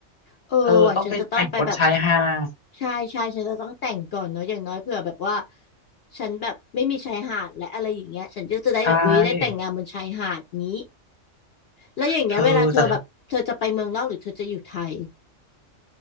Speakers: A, on the left; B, on the left.
A: เออว่ะฉันจะต้องไปแบบ
B: เธอต้องไปแต่งบนชายหาด
A: ใช่ใช่ฉันจะต้องแต่งก่อนเนาะอย่างน้อยเผื่อแบบว่าฉันแบบไม่มีชายหาดและอะไรอย่างเงี้ยฉันก็จะได้แบบอุ๊ยได้แต่งงานบนชายหาดงี้
B: ใช่
A: แล้วอย่างเงี้ยเวลาเธอแบบเธอจะไปเมืองนอกหรือเธอจะอยู่ไทย
B: เธอแต่